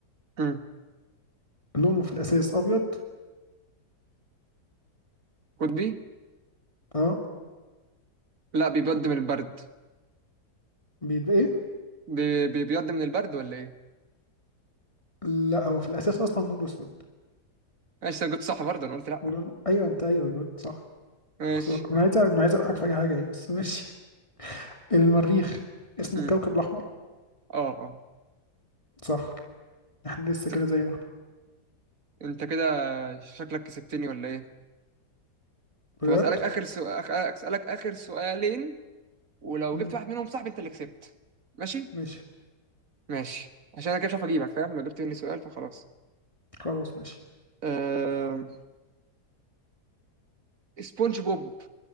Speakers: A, on the right; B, on the left.
A: مم.
B: لونه في الاساس ابيض
A: قطبي
B: اه
A: لا بيبيض من البرد
B: بيبقى ايه
A: بي... بي- بيبيض من البرد ولا ايه
B: لا هو في الاساس اصلا لونه اسود
A: ماشي انا كنت صح برضه انا قلت لا
B: ولونه ايوه انت ايوه
A: مم.
B: جاوبت صح
A: ماشي
B: خسارة أنا عايز أنا عايز أوقعك في أي حاجة يعني بس ماشي المريخ اسمه
A: مم.
B: الكوكب الأحمر
A: اه اه
B: صح احنا لسه
A: ت-
B: كده زي ما احنا
A: انت كده شكلك كسبتني ولا ايه
B: بجد
A: طب اسالك اخر سؤال أخ... اسالك اخر سؤالين ولو
B: مم.
A: جبت واحد منهم صح انت اللي كسبت ماشي
B: ماشي
A: ماشي عشان انا كده مش عارف اجيبك فاهم لو جبت مني سؤال فخلاص
B: خلاص ماشي
A: أه... سبونج بوب